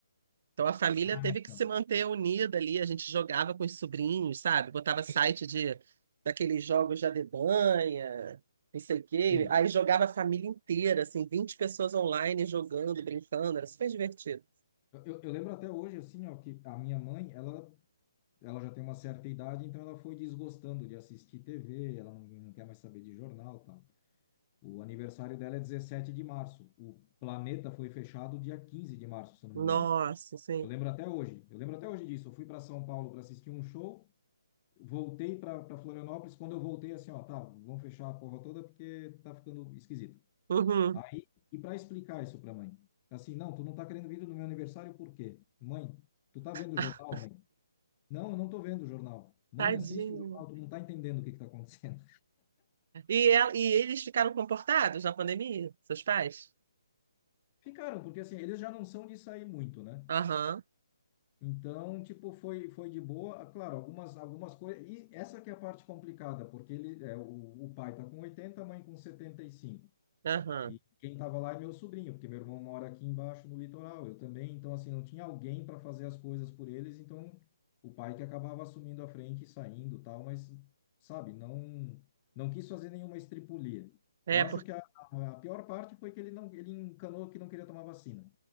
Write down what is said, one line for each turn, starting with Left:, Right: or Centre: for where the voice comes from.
Right: Então a família
Left: Ah,
Right: teve
Left: então.
Right: que se manter unida ali, a gente jogava com os sobrinhos, sabe? Botava site de daqueles jogos de adedanha, não sei o quê.
Left: Sim.
Right: Aí jogava a família inteira, assim, 20 pessoas online jogando, brincando, era super divertido.
Left: Eu, eu eu lembro até hoje, assim, ó, que a minha mãe, ela, ela já tem uma certa idade, então ela foi desgostando de assistir TV, ela não, não quer mais saber de jornal, e tal. O aniversário dela é 17 de março. O planeta foi fechado dia 15 de março, se eu não
Right: Nossa,
Left: me engano.
Right: sim.
Left: Eu lembro até hoje. Eu lembro até hoje disso. Eu fui para São Paulo para assistir um show, Voltei para Florianópolis. Quando eu voltei, assim, ó, tá, vamos fechar a porra toda porque tá ficando esquisito.
Right: Uhum.
Left: Aí, e para explicar isso para mãe? Assim, não, tu não tá querendo vir no meu aniversário por quê? Mãe, tu tá vendo o
Right: <laughs>
Left: jornal, mãe? Não, eu não tô vendo o jornal. Mãe,
Right: Tadinho.
Left: assiste o jornal, tu não tá entendendo o que que tá acontecendo.
Right: E, ela- e eles ficaram comportados na pandemia, seus pais?
Left: <laughs> Ficaram, porque assim, eles já não são de sair muito, né?
Right: Aham,
Left: Então, tipo, foi, foi de boa. Ah, Claro, algumas, algumas coisas. E essa que é a parte complicada, porque ele, é, o, o pai tá com oitenta a mãe com setenta e cinco
Right: aham.
Left: E quem estava lá é meu sobrinho, porque meu irmão mora aqui embaixo no litoral, eu também. Então, assim, não tinha alguém para fazer as coisas por eles, então o pai que acabava assumindo a frente e saindo, tal, mas, sabe, não não quis fazer nenhuma estripulia.
Right: É,
Left: Eu acho
Right: porque.
Left: que a, a pior parte foi que ele não ele encanou que não queria tomar vacina.